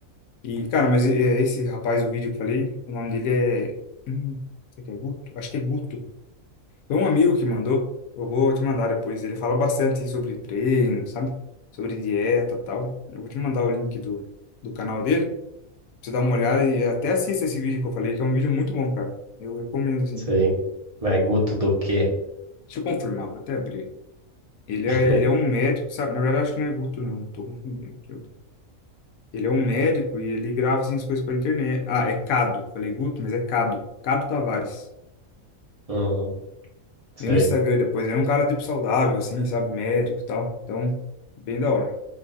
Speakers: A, on the left (about 85°); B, on the right (about 35°).
A: E, cara, mas é, é esse rapaz, o vídeo que eu falei, o nome dele é. Hum, será que é Guto? Acho que é Guto. Foi um amigo que mandou. Eu vou te mandar depois. Ele fala bastante sobre treino, sabe? Sobre dieta e tal. Eu vou te mandar o link do, do canal dele. Pra você dar uma olhada e até assista esse vídeo que eu falei, que é um vídeo muito bom, cara. Eu recomendo, assim.
B: sei. Mas Guto do quê?
A: Deixa eu confirmar, vou até abrir aqui. Ele é,
B: <laughs>
A: ele é um médico, sabe? Na verdade, acho que não é Guto, não. Tô confundindo. Deixa eu ver. Ele é um médico e ele grava assim, as coisas pra internet. Ah, é Cado. Falei Guto, mas é Cado. Cado Tavares.
B: Hum, sei.
A: Vê no Instagram depois. Ele é um cara tipo saudável, assim, sabe? Médico e tal. Então, bem da hora.